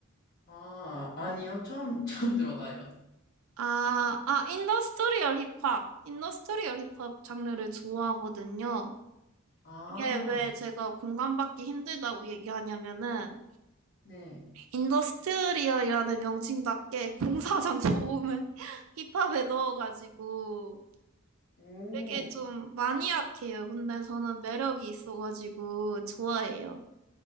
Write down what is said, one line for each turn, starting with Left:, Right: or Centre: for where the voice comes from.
Left: 아, 아니요. 처음, <laughs> 처음 들어봐요.
Right: 아, 아, 인더스트리얼 힙합. 인더스트리얼 힙합 장르를 좋아하거든요.
Left: 아,
Right: 이게 왜 제가 공감받기 힘들다고 얘기하냐면은,
Left: 네.
Right: 인더스트리얼이라는 명칭답게 공사장 소음을 <laughs> 힙합에 넣어가지고
Left: 오,
Right: 되게 좀 마니악해요. 근데 저는 매력이 있어가지고 좋아해요.